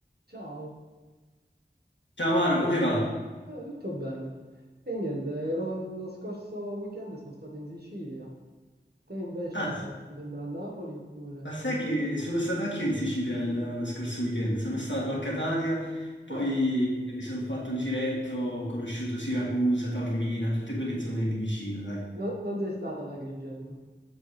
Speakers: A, on the right; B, on the left.
A: Ciao,
B: Ciao Maro, come va?
A: Eh, tutto bene. E niente, lo, lo scorso weekend sono stato in Sicilia. Te invece
B: Ah,
A: sei sempre a Napoli oppure...
B: ma sai che sono stato anch'io in Sicilia il- lo scorso weekend, sono stato a Catania, poi
A: Ah,
B: mi sono fatto un giretto, ho conosciuto Siracusa, Taormina, tutte quelle zone lì vicino, dai.
A: no- non sei stata ad Agrigento.